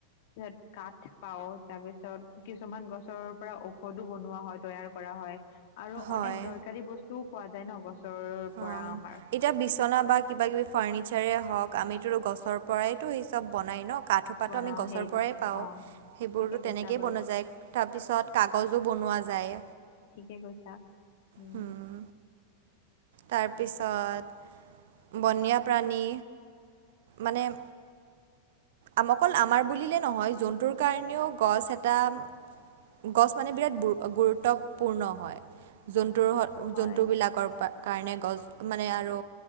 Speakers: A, on the left (about 50°); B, on the right (about 55°).
A: তাৰ পাছত কাঠ পাওঁ, তাৰ পিছত কিছুমান গছৰ পৰা ঔষধো বনোৱা হয় তৈয়াৰ- কৰা হয় আৰু
B: হয়
A: অনেক দৰকাৰী বস্তুও পোৱা যায় ন গছৰ
B: অম,
A: পৰা আমাৰ।
B: এতিয়া বিচনা বা কিবা কিবি ফাৰ্ণিচাৰে হওঁক, আমিতো গছৰ পৰাইতো সেই চব বনাই ন। কাঠোপাটো
A: বনাও
B: আমি গছৰ
A: সেই
B: পৰাই পাওঁ,
A: অ
B: সেইবোৰতো
A: ঠিকে কৈছা
B: তেনেকৈয়ে
A: বাৰু
B: বনোৱা যায়। তাৰপিছত কাগজো বনোৱা যায়।
A: ঠিকে কৈছা, উম।
B: হুম, তাৰপিছত বনীয়া প্ৰাণী মানে- আমকল অকল আমাৰ বুলিলে নহয় জন্তুৰ কাৰণেও গছ এটা- গছ মানে বিৰাট গু -গুৰুত্বপূৰ্ণ হয় জন্তুৰ
A: হয়
B: জন্তুবিলাকৰ পৰা- কাৰণে গছ মানে আৰু